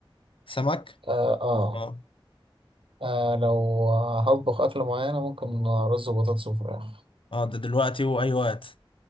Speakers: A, on the left (about 70°); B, on the right (about 70°).
A: سمك
B: آه, آه,
A: اه
B: آه لو هطبخ أكل معينة ممكن رز وبطاطس وفراخ
A: اه ده دلوقتي وأي وقت